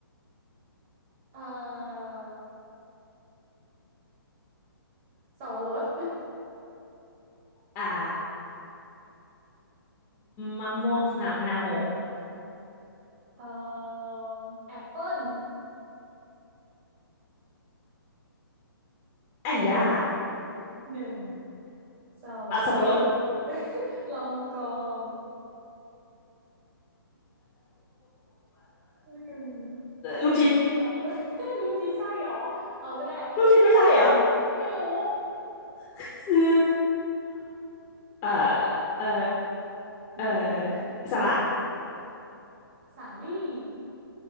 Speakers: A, on the right; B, on the left.
A: เอ่อเสาวบรส
B: อ่ามะม่วงค่ะมะนาวโห
A: เอ่อแอปเปิ้ล
B: ไอ้ย่า
A: หนึ่งสอง
B: อ่ะสับปะรด
A: <laughs> ลองกองหนึ่ง
B: ลูกชิด
A: สอง <laughs> ลูกชิ้นใช่เหรอเอาก็ได้กล้วย
B: ลูกชิดไม่ใช่เหรอ
A: ไม่รู้
B: คือ <laughs> อืมเอ่อเอ่อเอ่อ
A: หนึ่ง
B: สละ
A: สาลี่